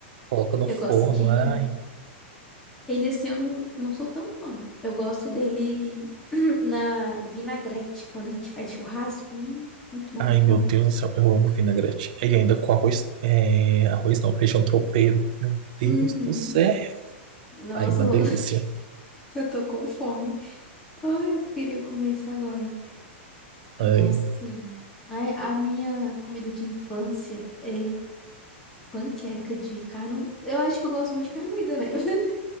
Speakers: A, on the right; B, in the centre.
A: Coloca no
B: Eu
A: forno,
B: gosto de.
A: ai.
B: Ele, assim, eu não, não sou tão fã. Eu gosto dele <clears throat> na vinagrete, quando a gente faz churrasco. Hum, muito bom,
A: Ai,
B: muito
A: meu
B: bom.
A: Deus do céu, eu amo vinagrete. E ainda com arroz, é, arroz não, feijão tropeiro. Meu Deus
B: Uhum.
A: do céu.
B: Nossa,
A: Ai, uma
B: eu,
A: delícia.
B: <laughs> eu tô com fome. Ai, eu queria comer isso agora.
A: Ai,
B: Nossa, sim. Ai, a minha comida de infância é panqueca de carne moída. Eu acho que eu gosto muito de carne moída, né? <laughs>